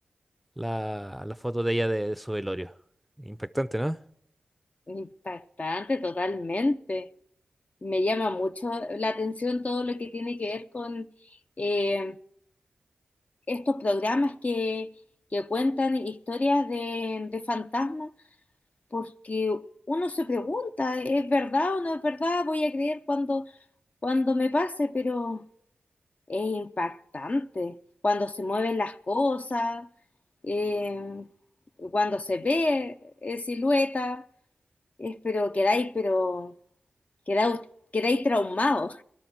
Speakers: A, in the centre; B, on the left (about 45°).
A: la, la foto de ella de, de su velorio. Impactante, ¿no?
B: impactante totalmente. Me llama mucho la atención todo lo que tiene que ver con eh, estos programas que, que cuentan historias de, de fantasmas, porque uno se pregunta, ¿es verdad o no es verdad? Voy a creer cuando, cuando me pase, pero es impactante cuando se mueven las cosas, eh, cuando se ve eh, silueta, es, pero quedáis, pero quedáis, quedáis traumados.